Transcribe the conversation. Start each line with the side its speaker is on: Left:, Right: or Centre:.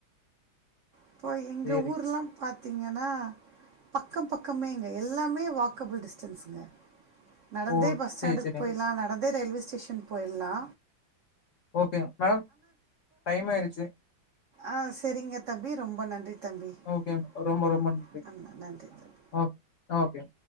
Right: இப்போ எங்க
Left: சேரி
Right: ஊர்லா பாத் பாத்தீங்கன்னா பக்கம் பக்கமேங்க எல்லாமே வாக்கபுள் டிஸ்டன்ஸுங்க நடந்தே
Left: ஓ
Right: பஸ் ஸ்டாண்டுக்கு
Left: சேரி சேரிங்க
Right: போய்லா நடந் அதே ரயில்வே ஸ்டேஷன் போயிடலா
Left: ஓகே மேம் டைம் ஆயிருச்சு
Right: ஆஹ் சரிங்க தம் தி ரொம்ப நன்றி தம்பி
Left: ஓகே ரொம்ப ரொம்ப
Right: ஆ,
Left: நன்றி
Right: நன்றி தம்பி
Left: ஓ ஓகே